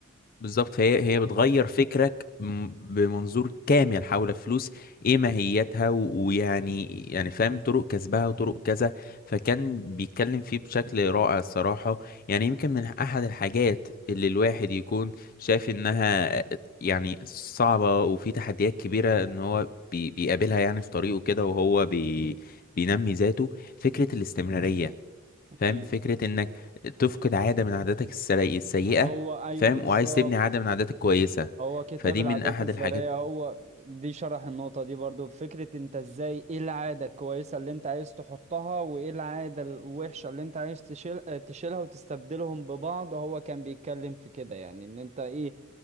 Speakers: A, on the left (about 40°); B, on the right (about 30°).
A: بالظبط فهي هي بتغير فكرك م- بمنظور كامل حول الفلوس ايه ماهيتها و- ويعني يعني فاهم طرق كسبها وطرق كذا فكان بيتكلم فيه بشكل رائع الصراحة يعني يمكن من احد الحاجات اللي الواحد يكون شايف انها يعني صعبة وفي تحديات كبيرة ان هو بي- بيقابلها يعني في طريقه كده وهو بي بينمي ذاته فكرة الاستمرارية
B: اكيد
A: فاهم فكرة انك تفقد عادة من عاداتك السري- السيئة
B: هو ايوه
A: فاهم
B: بالظبط
A: وعايز تبني عادة من عاداتك كويسة
B: هو كتاب
A: فدي
B: العادات
A: من احد
B: الذرية
A: الحاجات
B: هو دي شرح النقطة دي برضو فكرة انت ازاي ايه العادة الكويسة اللي انت عايز تحطها وايه العادة الوحشة اللي انت عايز تشيل اه، تشيلها وتستبدلهم ببعض هو كان بيتكلم في كده يعني ان انت ايه